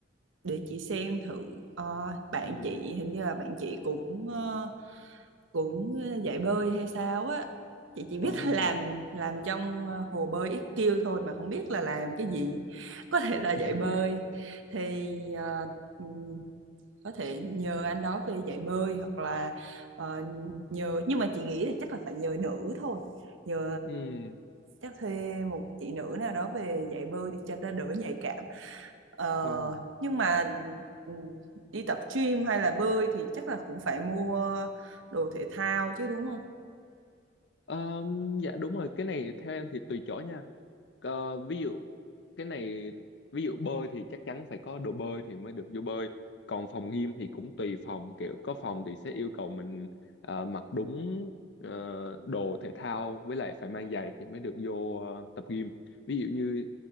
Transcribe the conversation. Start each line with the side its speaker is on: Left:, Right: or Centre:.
Right: để chị xem thử Ờ, bạn
Left: Ừ.
Right: chị hình như là bạn chị cũng ờ, cũng ờ, dạy bơi hay sao á chị chỉ biết
Left: À,
Right: <laughs> là làm làm trong ờ, hồ bơi IQ thôi mà không biết là làm cái gì có thể là dạy
Left: <laughs>
Right: bơi
Left: dạ.
Right: thì ờ, ừ, có thể nhờ anh đó về dạy bơi hoặc là ờ, nhờ nhưng mà chị nghĩ là chắc là phải nhờ nữ thôi nhờ
Left: Ừ,
Right: chắc thuê một chị nữ nào đó về dạy bơi đi cho nó đỡ nhạy cảm Ờ,
Left: đúng rồi.
Right: nhưng mà ừ, đi tập gym hay là bơi thì chắc là cũng phải mua đồ thể thao chứ đúng không
Left: Ờ, dạ đúng rồi, cái này theo em thì tùy chỗ nha. Ờ, ví dụ cái này ví dụ bơi thì chắc chắn phải có đồ bơi thì mới được vô bơi còn phòng gym thì cũng tùy phòng kiểu có phòng thì sẽ yêu cầu mình ờ, mặc đúng ờ, đồ thể thao với lại phải mang giày thì mới được vô ờ, tập gym ví dụ như